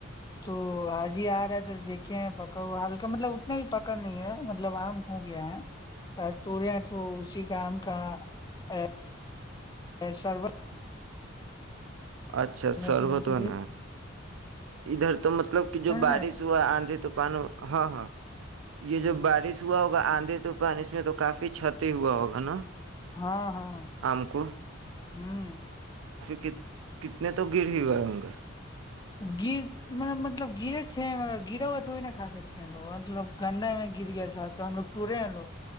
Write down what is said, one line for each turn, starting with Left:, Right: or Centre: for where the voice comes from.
Left: تو آج ہی آ رہا ہے تھا دیکھے ہیں پکا ہوا ہلکا مطلب اتنا بھی پکا نہیں ہے مطلب آم ہو گیا ہے تو آج توڑے ہیں تو اسی کا آم کا ایک سرو
Right: اچھا سربت
Left: پینے کے
Right: بنا
Left: لیے
Right: ہے ادھر تو مطلب کہ جو
Left: سمجھ
Right: بارش
Left: رہے ہیں
Right: ہوا آندھے تو پانی ہاں ہاں یہ جو بارش ہوا ہوگا آندھے تو پان اس میں تو کافی کتی ہوا ہوگا نا
Left: ہاں ہاں
Right: آم کو
Left: ہوں
Right: کہ کتنے تو گر ہی گئے ہ گ
Left: گر م مطلب گرے م گرا ہوا تھوڑی نہا کا سکتے ہیں لوگ مطلب گندا میں گر گئےات تو ہم لوگ ٹورے ہیں لوگ